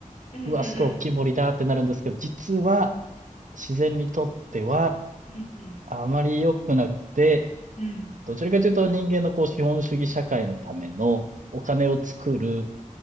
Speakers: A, on the left; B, on the right.
A: うんうんうん。
B: うわー、すごい大きい森だってなるんですけど、実は、自然にとっては、
A: うん
B: あまり良くなくて、
A: うん。うんうん
B: どちらかというと人間のこう資本主義社会のためのお金を作る